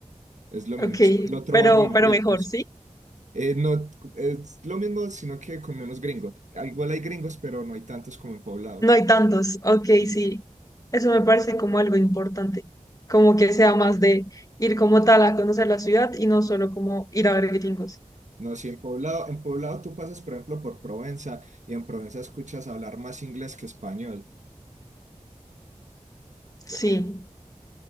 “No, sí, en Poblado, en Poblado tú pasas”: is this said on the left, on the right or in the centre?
Right